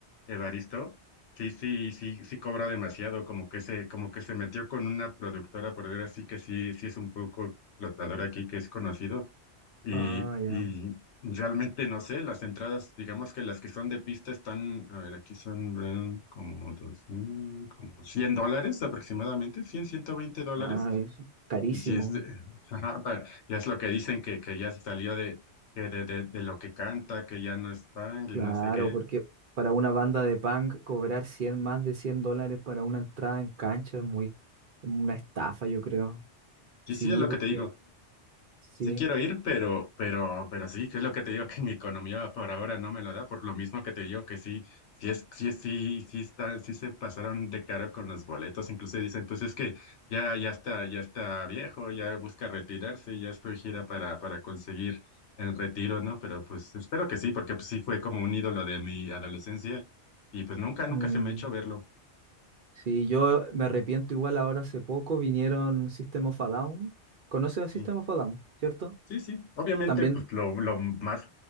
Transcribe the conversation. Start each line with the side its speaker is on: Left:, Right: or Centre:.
Left: Evaristo, sí, sí, sí, sí cobra demasiado, como que se, como que se metió con una productora, por decir así, que sí, sí es un poco explotadora aquí, que es conocido, y,
Right: Ah, ya.
Left: y realmente no sé, las entradas, digamos que las que son de pista están, a ver, aquí son eh, como dos mil, como 100 dólares aproximadamente, cien ciento veinte dólares.
Right: Ah, es carísimo.
Left: Y si es de, <laughs> ajá, pa- ya es lo que dicen que, que ya se salió de, que de, de, de lo que canta, que ya no es punk y
Right: Claro,
Left: no sé qué.
Right: porque para una banda de punk cobrar 100 más de 100 dólares para una entrada en cancha es muy, una estafa, yo creo.
Left: y
Right: Sí,
Left: sí, es lo
Right: porque
Left: que te digo.
Right: sí.
Left: Sí quiero ir, pero, pero, pero sí, que es lo que te digo que mi economía por ahora no me lo da, por lo mismo que te digo que sí, sí es, sí, es- sí, sí está, sí se pasaron de caro con los boletos, incluso dicen, pues es que ya, ya está, ya está viejo, ya busca retirarse, ya estoy gira para, para conseguir el retiro, ¿no? Pero pues espero que sí, porque pues sí fue como un ídolo de mi adolescencia y pues nunca, nunca
Right: Mm,
Left: se me ha hecho verlo.
Right: Sí, yo me arrepiento igual ahora hace poco vinieron System of a Down. ¿Conocen a System
Left: Sí.
Right: of a Down, cierto?
Left: Sí, sí, obviamente,
Right: También
Left: pues lo, lo más